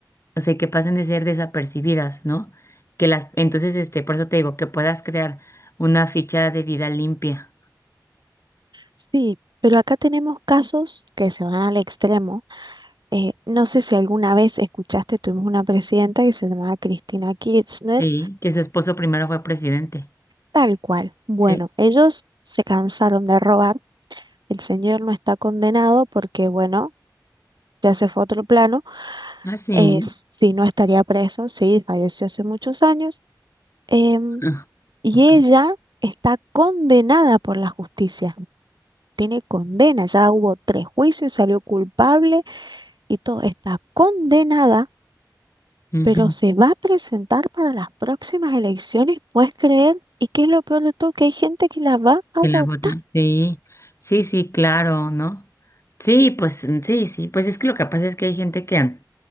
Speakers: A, on the left (about 40°); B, on the right (about 80°).
A: o sea, que pasen de ser desapercibidas, ¿no? Que las, entonces, este, por eso te digo, que puedas crear una ficha de vida limpia,
B: Sí, pero acá tenemos casos que se van al extremo. Eh, no sé si alguna vez escuchaste, tuvimos una presidenta que se llamaba Cristina Kirchner,
A: ¿sí? Que su esposo primero fue presidente,
B: tal cual. Bueno,
A: ¿sí?
B: ellos se cansaron de robar, el señor no está condenado porque, bueno, ya se fue a otro plano
A: Ah, sí.
B: eh, si no estaría preso, sí, falleció hace muchos años, em,
A: Ah,
B: y
A: ok.
B: ella está condenada por la justicia, tiene condena, ya hubo tres juicios, salió culpable y todo, está condenada,
A: Ujú.
B: pero se va a presentar para las próximas elecciones, ¿puedes creer? ¿Y qué es lo peor de todo? Que hay gente que la va a
A: Que
B: votar.
A: la botan. Sí, sí, sí, claro, ¿no? Sí, pues mm, sí, sí, pues es que lo que pasa es que hay gente que,